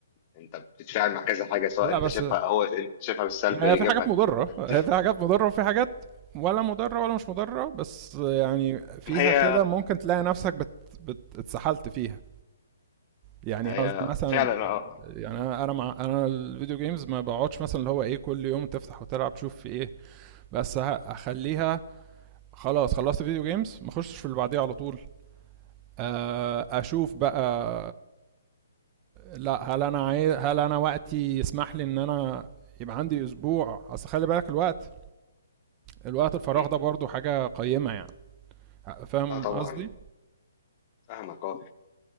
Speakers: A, on the left; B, on the right.
A: انت بتتفاعل مع كذا حاجه سواء
B: لا
A: انت
B: بس
A: شايفها هو انت شايفها بالسلب
B: يعني
A: ايجابها
B: هي في حاجات مضرة
A: هتتفق
B: هي في حاجات مضرة وفي حاجات ولا مضرة ولا مش مضرة بس يعني فيها
A: ما هي
B: كده ممكن تلاقي نفسك بت... بت... اتسحلت فيها يعني
A: ما
B: قصدي
A: هي
B: مثلا
A: فعلا اه
B: يعني انا انا مع... انا الفيديو جيمز ما بقعدش مثلا اللي هو ايه كل يوم تفتح وتلعب تشوف في ايه بس ه- اخليها خلاص خلصت فيديو جيمز ما اخشش في اللي بعديه على طول آه، اشوف بقى لا هل انا عايز هل انا وقتي يسمح لي ان انا يبقى عندي اسبوع اصل خلي بالك الوقت الوقت الفراغ
A: مم.
B: ده برضه حاجة قيمة يعني فاهم
A: اه طبعا
B: قصدي
A: فاهمك اه